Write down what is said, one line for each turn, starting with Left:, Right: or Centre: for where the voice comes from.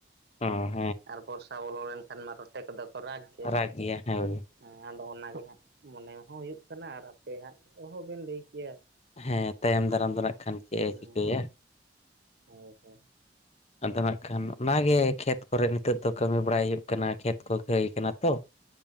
Left: ᱚᱸ
Right: ᱟᱨ ᱵᱚᱨᱥᱟ ᱵᱚᱞᱚ ᱞᱮᱱᱠᱷᱟᱱ ᱢᱟ ᱨᱚᱴᱮ ᱠᱚᱫᱚ ᱠᱚ ᱨᱟᱜᱽ ᱜᱮ
Left: ᱨᱟᱜ ᱜᱮᱭᱟ ᱦᱳᱭ
Right: ᱦᱮᱸ ᱟᱫᱚ ᱚᱱᱟᱜᱮ ᱦᱟᱸᱜ ᱢᱚᱱᱮ ᱦᱚᱸ ᱦᱩᱭᱩᱜ ᱠᱟᱱᱟ ᱟᱨ ᱟᱯᱮ ᱦᱟᱸᱜᱦ ᱵᱮᱱ ᱞᱟᱹᱭ ᱠᱮᱭᱟ
Left: ᱦᱮᱸ ᱛᱟᱭᱚᱢ ᱫᱟᱨᱟᱢ ᱫᱚ ᱱᱟᱜ ᱠᱷᱟᱱ ᱪᱮᱫᱼ
Right: ᱦᱮᱸ
Left: ᱮ ᱪᱤᱠᱟᱹᱭᱟ
Right: ᱦᱳᱭ ᱦᱳᱭ
Left: ᱟᱫᱚ ᱱᱟᱜ ᱠᱷᱟᱱ ᱚᱱᱟᱜᱮ ᱠᱷᱮᱛ ᱠᱚᱨᱮ ᱱᱤᱛᱚᱜ ᱫᱚ ᱠᱟᱹᱢᱤ ᱵᱟᱲᱟᱭ ᱦᱩᱭᱩᱜ ᱠᱟᱱᱟ ᱠᱷᱮᱛ ᱠᱚ ᱠᱷᱟᱹᱭ ᱠᱟᱱᱟ ᱛᱚ